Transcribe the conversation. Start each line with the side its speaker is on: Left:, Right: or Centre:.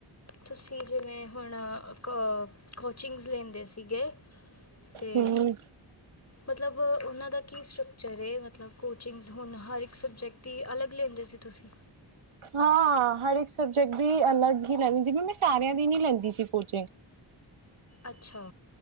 Left: ਤੁਸੀਂ ਜਿਵੇਂ ਹੁਣ ਕ ਕੋਚਿੰਗਸ ਲੈਂਦੇ ਸੀਗੇ ਤੇ
Right: ਹਮ
Left: ਮਤਲਬ ਉਹਨਾਂ ਦਾ ਕੀ ਸਟਰਕਚਰ ਹੈ ਮਤਲਬ ਕੋਚਿੰਗਸ ਹੁਣ ਹਰ ਇੱਕ ਸਬਜੈਕਟ ਦੀ ਅਲੱਗ ਲੈਂਦੇ ਸੀ ਤੁਸੀਂ
Right: ਹਾਂ ਹਰ ਇੱਕ ਸਬਜੈਕਟ ਦੀ ਅਲੱਗ ਹੀ ਲੈਂਦੀ ਜਿਵੇਂ ਮੈਂ ਸਾਰਿਆਂ ਦੀ ਨੀ ਲੈਂਦੀ ਸੀ ਕੋਚਿੰਗ
Left: ਅੱਛਾ